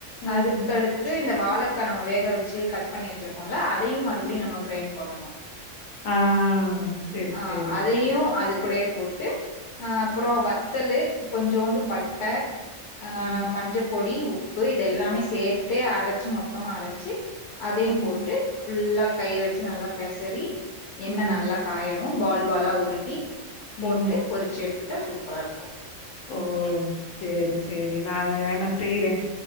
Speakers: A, on the left; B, on the left.
A: ம்.
B: அதுக்கடுத்து இந்த வாழக். கா நம்ம வேக வச்சு கட் பண்ணி வச்சிருக்கோம்ல அது. அதையும் மறுபடியும் நம்ம கிரைண்ட் பண்ணணும்.
A: ஆ. சரி,
B: ஆஹ
A: சரி.
B: அதையும் அதுக்கூடையே. போட்டு. அஹ அப்புறம் வத்தலு. கொஞ்சூண்டு பட்ட. அஹ்
A: ம்,
B: மஞ்சப்பொடி உப். இது எல்லாமே சேர்த்தே அரைச்சு மொத்தமா அரைச்சு. அதையும்
A: ம்,
B: போட்டு ஃபுல்லா கைய வெச்சு நல்லா. பெசரி. யெண்ண
A: ம்,
B: நல்லா காயவு பால். பாலா உருட்டி போட்டு
A: ம்.
B: பொறிச்சி எடுத்துட்டா சூப்பராக இருக்கும்.
A: ஓ. சேரி சேரி நான் அத வேணா செய்றேன்.